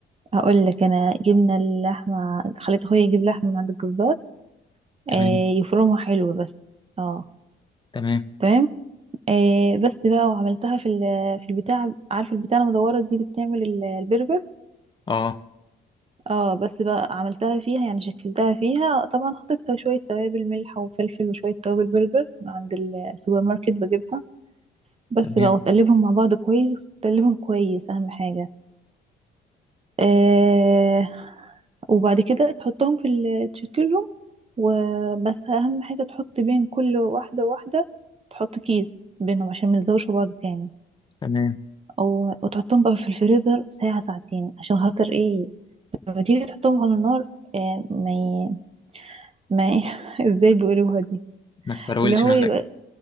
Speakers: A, on the right (about 30°); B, on the left (about 25°).
A: هقول لك انا جبنا اللحمة خليت اخويا يجيب لحمة من عند الجزار
B: تمام
A: إيه يفرمها حلو بس اه
B: تمام
A: تمام إيه بس بقى وعملتها في ال- في البتاع عارف البتاع المدورة دي اللي بتعمل ال- البرجر
B: اه
A: اه بس بقى عملتها فيها يعني شكلتها فيها طبعا حطيت شوية توابل ملح وفلفل وشوية توابل برجر من عند السوبر ماركت بجيبها بس
B: تمام
A: بقى وتقلبهم مع بعض كويس تقلبهم كويس اهم حاجة آه وبعد كده تحطهم في ال- تشكلهم وبس اهم حاجة تحط بين كل واحدة واحدة تحط كيس بينهم عشان ما يلزقوش في بعض تاني
B: تمام
A: أو وتحطهم بقى في الفريزر ساعة ساعتين عشان خاطر ايه لما تيجي تحطهم على النار آه ما ي... ما ي... <laughs> ازاي بيقولوها دي
B: ما تفرولش
A: اللي هو
B: منك
A: يبقى